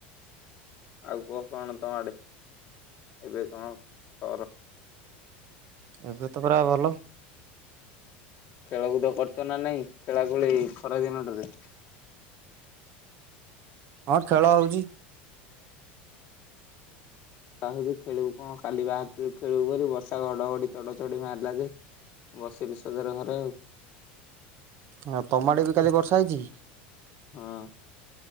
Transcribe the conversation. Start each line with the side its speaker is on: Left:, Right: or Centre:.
Left: ଆଉ କୁହ କଣ ତମ ଆଡ଼େ ଏବେ କଣ କର?
Right: ଏବେ ତ ପୁରା ଭଲ।
Left: ଖେଳକୁଦ କରଛ ନା ନାଇଁ ଖେଳା ଖେଳି ଖରାଦିନଟରେ?
Right: ହଁ ଖେଳ ହଉଛି।
Left: ବା ହଉଛି ଖେଳିବୁ କଣ କାଲି ବାହାର ଖେଳୁ ପରି ବର୍ଷା ଘଡଘଡି ଚଢ ଚଢ ମାରିଲା ଯେ ବସିଛି ସଦଳେ ଘରେ ଆଉ।
Right: ଆଉ ତମାଟେ ବି କାଲି ବର୍ଷା ହେଇଛି।
Left: ହଁ